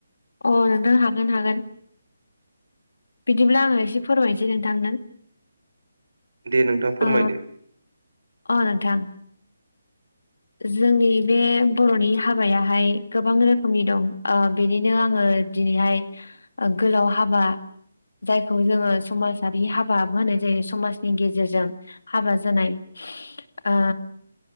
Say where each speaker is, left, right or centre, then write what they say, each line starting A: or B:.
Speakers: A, on the left; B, on the right.
A: अ नोंनो हागोन हागोन। बिदिब्ला आङो एसे फोरमायनोसै नोंथांनो।
B: दे नोंथां फोरमायदो
A: आ अ नोथां। जोंनि बे बर'नि हाबायाहाय गोबां रोखोमनि दं ओ बेनिनो आङो। दिनैहाय गोलाव हाबा। जायखौ जोङो समाजारि हाबा होनाय जायो समाजनि गेजेरजों हाबा जानाय।
B: <inaudible>
A: आ।